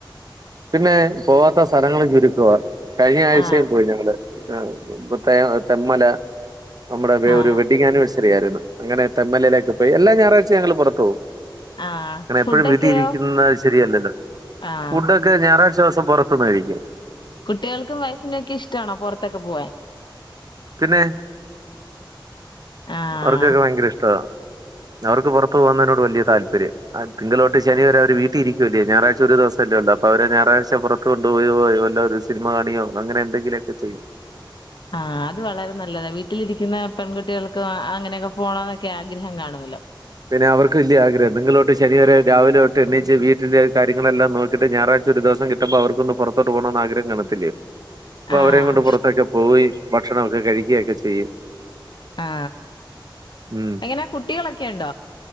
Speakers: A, on the right; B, on the left.
A: പിന്നെ പോവാത്ത സ്ഥലങ്ങൾ ചുരുക്കവാ കഴിഞ്ഞ ആഴ്ചയും
B: ആഹ്
A: പോയി ഞങ്ങള് ആ ഇപ്പെ ത്തെ തെൻ മല നമ്മുടെ വെ
B: ആഹ്
A: ഒരു വെഡി് ആനിവേഴ്സറി ആയിരുന്നു അങ്ങനെ താൻ യിലേക്ക് എല്ല ഞായറാഴ്ച ഞങ്ങള് പുറത്ത പോവും
B: ആഹ്
A: അങ്ങനെ
B: ഫുഡൊക്കെയോ
A: എപ്പോഴും വീട്ടി ഇരിക്കുന്നത് ശരിയല്ലല്ലോ
B: ആഹ്
A: ഫുഡ് ഞായറാഴ്ച ദിവസം പുറത്തുന്നഴിക്കും
B: കുട്ടികൾക്കും വൈഫിനും ഒക്കെ ഇഷ്ടമാണോ പുറത്തൊക്കെ പോവാൻ
A: പിന്നെ
B: ആഹ്
A: അവർക്കൊക്കെ ഭയങ്കര ഇഷ്ട അവർക്ക് പുറത്തു പോകുന്നതിനോട് വലിയ താല്പര്യ തിങ്കളോട്ട് ശനി വരെ അവർ വീട്ടിൽ ഇരിക്കുവല്ലേ ഞായറാഴ്ച ഒരു ദിവസമല്ലേ ഉള്ളോ അപ്പൊ അവരെ ഞായറാഴ്ച പുറത്ത് കൊണ്ടുപോയവോ വല്ല ഒരു സിനിമ കാണിയോ അങ്ങനെ എന്തെങ്കിലുമൊക്കെ ചെയ്യും
B: ആഹ് അത് വളരെ നല്ലതാ വീട്ടിലിരിക്കുന്ന പെൺകുട്ടികൾക്ക് അങ്ങനെയൊക്കെ പോണംന്നൊക്കെ ആഗ്രഹം കാണുല്ലോ
A: പിന്നെ അവർക്ക് വല്യ ആഗ്രഹം തിങ്കളോട്ട് ശനി വരെ രാവിലെ തോട്ട് എണിച്ച് വീട്ടിലെ കാര്യങ്ങളെല്ലാം നോക്കീട്ട് ഞായറാഴ്ച ഒരു ദിവസം കിട്ടുമ്പോ അവർക്കൊന്ന് പൊറത്തോട്ട് പോണൊന്ന് ആഗ്രഹം കാണത്തില്ലെയോ അപ്പൊ
B: ആഹ്
A: അവരേം കൊണ്ട് പൊറത്തൊക്കെ പോയി ഭക്ഷണം കഴിക്കയൊക്കെ ചെയ്യും
B: ആ
A: ഉം
B: എങ്ങനെ കുട്ടികളൊക്കെ ഇണ്ടോ?